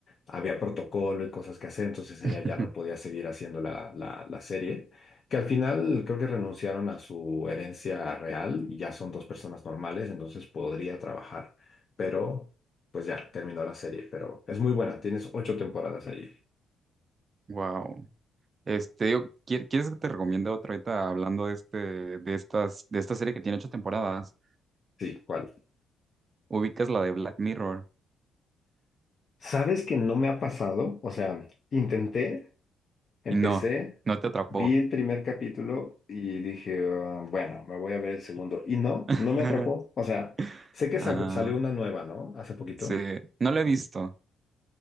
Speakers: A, on the left; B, on the right.
A: había protocolo y cosas que hacer, entonces ella
B: <laughs>
A: ya no podía seguir haciendo la, la, la serie, que al final creo que renunciaron a su herencia real y ya son dos personas normales, entonces podría trabajar, pero pues ya terminó la serie, pero es muy buena, tienes ocho temporadas allí.
B: Wow. Este, yo, ¿quier- ¿quieres que te recomiende otra ahorita hablando de este, de estas, de esta serie que tiene ocho temporadas?
A: Sí, ¿cuál?
B: Ubicas la de Black Mirror
A: ¿Sabes que no me ha pasado? O sea, intenté. Empecé,
B: y no, no te atrapó.
A: vi el primer capítulo y dije, "Ah, bueno, me voy a ver el segundo. Y no,
B: <laughs>
A: no me atrapó. O sea, sé que
B: Ah,
A: sa- salió una nueva, ¿no? Hace poquito.
B: sí, no la he visto,